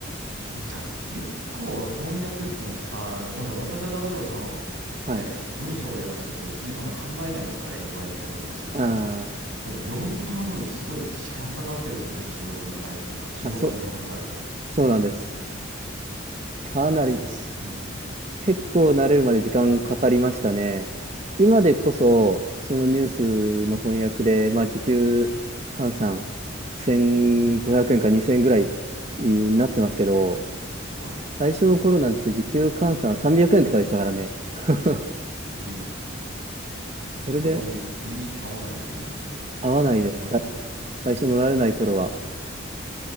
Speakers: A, on the right; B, on the right.
A: それじゃあ、結構翻訳って言っても、あー、あのごめんなさい。私は例えばその、
B: はい。
A: ね、文章を訳すときで普通にそんな考えないですから、英語から日本語とかするときには。
B: あー
A: だからより多分すごい時間かかってるってことですね。中国に帰るときは。中国から日本語に帰るときは。
B: まあ、そ、そうなんです。かなり、
A: ええーすごいですね。
B: 結構慣れるまで時間かかりましたね。今でこそ、そのニュースの翻訳で、まあ、時給換算1500円か2000円ぐらいになってますけど、
A: は
B: 最初の頃なんて時給換算300円とかでしたからね。<laughs>
A: い。ええ
B: それで
A: ちょっとあんまり理に合わないですね、それ。
B: 合わないです。
A: 業務に。
B: さ最初の慣れない頃は、